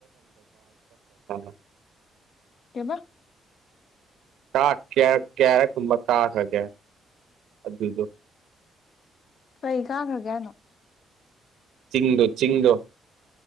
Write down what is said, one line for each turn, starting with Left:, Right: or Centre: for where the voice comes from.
Right: <unintelligible>
Left: ꯀꯩꯕ
Right: ꯀꯥ <unintelligible> ꯀꯌꯥꯔꯛ ꯀꯨꯝꯕ ꯀꯥꯈ꯭ꯔꯒꯦ ꯑꯗꯨꯗꯣ
Left: ꯀꯩ ꯀꯥꯒ꯭ꯔꯒꯦ ꯍꯥꯏꯅꯣ
Right: ꯆꯤꯡꯗꫭ ꯆꯤꯡꯗꯣ